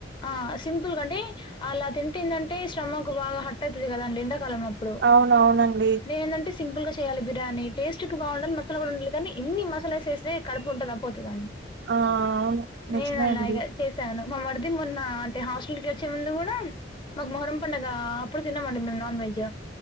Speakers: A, on the left; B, on the right.
A: ఆ సింపుల్గాంటడి అలా తింటందంటే శ్రమకు బాగా హట్ట అవుతుంది కదాండి ఎండాకాలంంలో ఇడు
B: అవునవునండి
A: నేను అంటె సింపుల్ చేయాలి బిర్యానీ టస్ట్ి బాగుండాలి మసా కూడా ఉండాలి కానీ ఏన్ని మసాలా వే ే కడుపు ఉంటే నొప్పైతదండి
B: ఆ అవును నిజమే
A: నేనున్నాగా
B: అండి
A: చేశాను మా మ్మరిది మొన్న అంటే హాస్టల్ కి వచ్చే ముందు కూడా మాకు మొహరం పడుగ అప్పుడు తిన్నామండి మేము నాన్ వెజ్